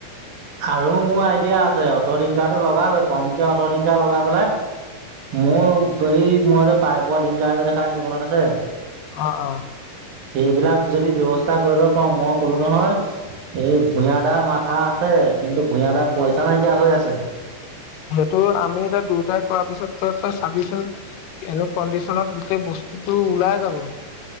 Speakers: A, on the right; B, on the left.
A: আৰু মোৰ আইডিয়া আছে অটো ৰিংকাটো লগাল। কমকে অট ৰিংকা লগাই পেলাই মোৰ এই মই যে, পাইপোৱা ডিংকা যে দেখা আছিল মনত আছে,
B: অ অ
A: সেইবিলাক যদি ব্যৱস্থা কৰি ল পাৰওঁ মই কলো নহয় এই, ভূঞা দা মাথা আছে কিন্তু ভূঞা দাৰ পইচা নাইকিয়া হৈ আছে,
B: সেইটো আমি এতিয়া দুয়োটাই কৰাৰ পিছত তই তই চাবিচোন এনেো কণ্ডিচনত গোটেই বস্তু তোৰ ওলাই যাব।